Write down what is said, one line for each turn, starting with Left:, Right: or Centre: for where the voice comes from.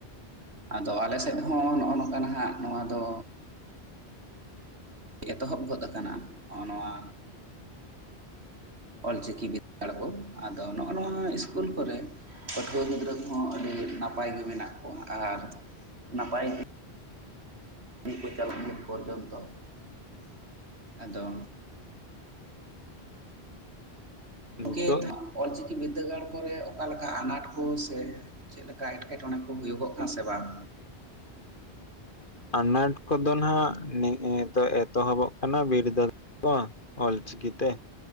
Right: ᱟᱫᱚ ᱟᱞᱮ ᱥᱮᱫ ᱦᱚᱸ ᱱᱚᱜᱼᱚ ᱱᱚᱝᱠᱟ ᱱᱟᱦᱟᱜ ᱱᱚᱣᱟ ᱫᱚ ᱮᱛᱚᱦᱚᱵ ᱜᱚᱫ ᱟᱠᱟᱱᱟ, ᱱᱚᱜᱼᱚ ᱱᱚᱣᱟ
Left: <inaudible>
Right: ᱚᱞᱪᱤᱠᱤ ᱵᱤᱫᱽᱫᱟᱲ ᱠᱚ ᱟᱫᱚ ᱱᱚᱜᱼᱚ ᱱᱚᱣᱟ ᱤᱥᱠᱩᱞ ᱠᱚᱨᱮ, ᱯᱟᱹᱴᱷᱩᱣᱟᱹ ᱜᱤᱫᱽᱨᱟᱹ ᱠᱚᱦᱚᱸ ᱟᱹᱰᱤ ᱱᱟᱯᱟᱭ ᱜᱮ ᱢᱮᱱᱟᱜ ᱠᱚᱣᱟ, ᱟᱨ ᱱᱟᱯᱟᱭ ᱛᱮ ᱵᱤᱨ ᱠᱚ ᱪᱟᱞᱟᱜ ᱯᱚᱨᱡᱚᱱᱛᱚ ᱾ ᱟᱫᱚ
Left: ᱱᱤᱛᱚᱜ
Right: ᱜᱚᱢᱠᱮ ᱚᱞᱪᱤᱠᱤ ᱵᱤᱫᱽᱫᱟᱹᱜᱟᱲ ᱠᱚᱨᱮ ᱚᱠᱟ ᱞᱮᱠᱟ ᱟᱱᱟᱴ ᱠᱚ ᱥᱮ? ᱪᱮᱫ ᱞᱮᱠᱟ ᱮᱴᱠᱮᱴᱚᱬᱮ ᱠᱚ ᱦᱩᱭᱩᱜᱚᱜ ᱠᱟᱱᱟ ᱥᱮ ᱵᱟᱝ?
Left: ᱟᱱᱟᱴ ᱠᱚᱫᱚ ᱱᱟᱜ ᱱᱤᱛᱚ ᱮᱛᱚᱦᱚᱵᱚᱜ ᱠᱟᱱᱟ ᱵᱤᱨᱫᱟᱹ ᱠᱚ ᱚᱞ ᱪᱤᱠᱤ ᱛᱮ